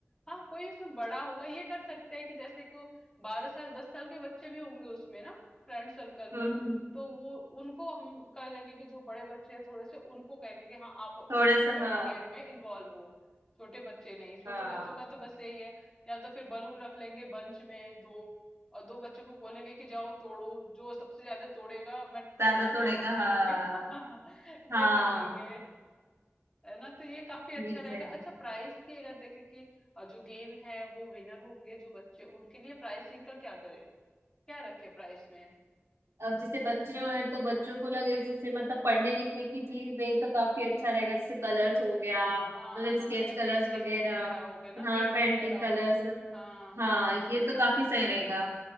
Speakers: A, on the left; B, on the right.
A: हाँ कोई उसमें बड़ा होगा ये कर सकते हैं कि जैसे कि वो बारह साल दस साल के बच्चे भी होंगे उसमें ना फ्रेंड सर्कल
B: हम्म
A: में
B: हम्म,
A: तो वो उनको हम कर लेंगे कि जो बड़े बच्चे हैं थोड़े से उनको कहेंगे कि हाँ आप
B: थोड़ा
A: इस
B: सा
A: वाले
B: हाँ
A: गेम में इन्वॉल्व हो छोटे बच्चे नहीं छोटे
B: हाँ
A: बच्चों का तो बस यही है या तो फिर बलून रख लेंगे बंच में दो और दो बच्चों को बोलेंगे कि जाओ तोड़ो जो सबसे ज्यादा तोड़ेगा मैं टेन
B: ज्यादा
A: तक
B: तोड़ेगा
A: काउंट करूंगी
B: हाँ हाँ
A: <laughs> ये कर लेंगे है ना तो ये काफी अच्छा
B: ये भी सही
A: रहेगा अच्छा प्राइस की अगर देखें कि अ, जो गेम है वो विनर होंगे जो बच्चे उनके लिए प्राइसिंग का क्या करें क्या रखे प्राइस में
B: अब जैसे बच्चों हैं तो बच्चों को लगे जैसे मतलब पढ़ने लिखने की चीज दे तो काफी अच्छा रहेगा जैसे कलर्स हो गया मतलब
A: हाँ हाँ
B: स्केच
A: या
B: कलर्स
A: पेंटिंग्स
B: वगैरह
A: वगैरह हो गए ना
B: हाँ
A: पेंट
B: पेंटिंग
A: वगैरह
B: कलर्स
A: हो हाँ हाँ
B: हाँ
A: ये
B: ये
A: सही रहेगा
B: तो काफी सही रहेगा